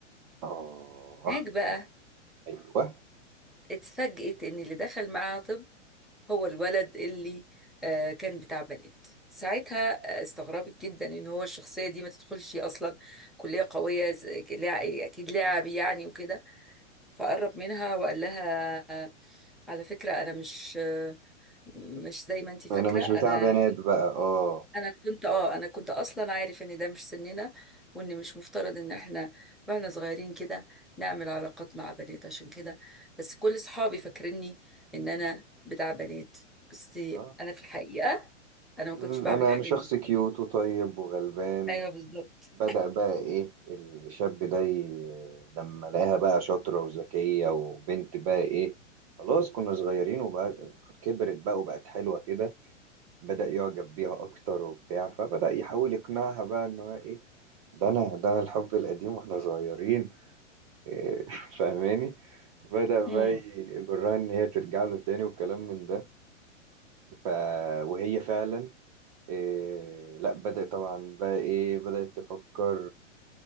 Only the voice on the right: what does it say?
آه،
ايوه
انا مش
بتاع بنات بقى اه
آه.
أمم،
انا
انا شخص
كيوت وطيب وغلبان
بدأ بقى ايه الشاب ده ي- لما لقاها بقى شاطرة وذكية وبنت بقى ايه خلاص كنا صغيرين وبقى كبرت بقى وبقت حلوة كده بدأ يعجب بيها اكتر وبتاع فبدأ يحاول يقنعها بقى ان هو ايه ده انا ده انا الحب القديم واحنا صغيرين <laughs> إيه، فاهماني بدأ بقى
يجرها ان هي ترجع له تاني والكلام من ده ف... وهي فعلا إيه لا بدأت طبعا بقى ايه بدأت تفكر